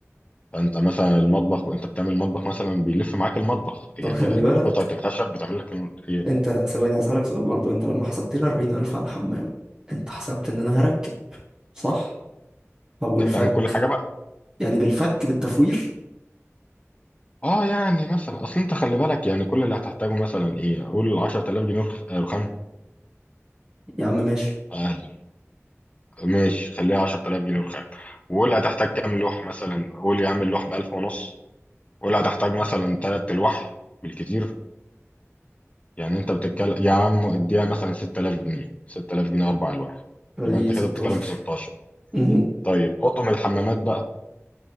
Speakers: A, on the left; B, on the right.
A: فانت مثلا المطبخ وانت بتعمل مطبخ مثلا بيلف معاك المطبخ يعني
B: طب خلي بالك
A: قطعه الخشب بتعمل لك ال- ايه
B: انت ثواني هسألك سؤال برضو انت لما حسبت لي 40000 على الحمام انت حسبت ان انا هركب صح طب والفك
A: انت هتعمل كل حاجه
B: يعني بالفك بالتفوير
A: اه يعني مثلا اصل انت خلي بالك يعني كل اللي هتحتاجه مثلا ايه قول 10000 جنيه رخ- آه، رخام
B: يا عم ماشي
A: اقل ماشي خليها 10000 جنيه رخام وقول هتحتاج كام لوح مثلا قول يا عم اللوح ب 1000 ونص قول هتحتاج مثلا تلات الواح بالكتير يعني انت بتتكلم يا عم اديها مثلا 6000 جنيه 6000 جنيه اربع الواح
B: ادي
A: يبقى انت
B: 16
A: كده بتتكلم في 16
B: مهم.
A: طيب اطقم الحمامات بقى